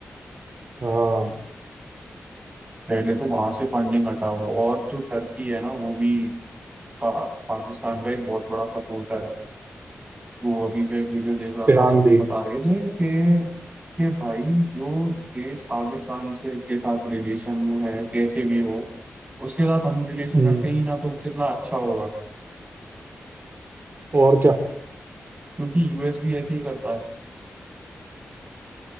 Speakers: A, on the right (about 50°); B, on the right (about 30°).
A: हाँ
B: पहले तो वहां से फंडिंग हटाओ और जो टर्की है ना वो भी पा, पाकिस्तान का एक बहुत बड़ा सपोर्टर है तो अभी मैं एक वीडियो देख रहा
A: ईरान
B: था उसमें
A: भी
B: बता रहे थे कि कि भाई जो देश पाकिस्तान से के साथ रिलेशन में है कैसे भी हो उसके साथ हम रिलेशन
A: हम्म
B: रखते ही ना तो कितना अच्छा होगा
A: और क्या
B: क्योंकि यूएस भी ऐसे ही करता है